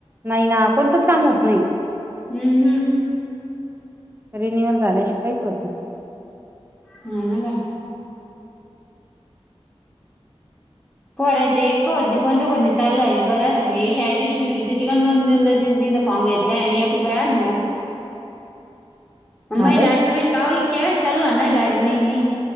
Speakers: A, on the right; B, in the centre.
A: नाही ना कोणतंच काम होत नाही.
B: हुं हूं
A: रिन्युअल झाल्याशिवाय काहीच होत नाय
B: हा ना काय पोराचे एका का होत नाय कोणत्या कोणते चालू झालेत भरा हे शाळेत बी शिष्य वृत्ती का दोन दोन दा तीन तीन दा फॉर्म घेतल? ल्या आणि एक रुपये आले नाय अजून
A: हा
B: माई
A: बाई
B: लाडकी बहीण का ओ ही केवायसी चालू होणार लाडकी बहीण नय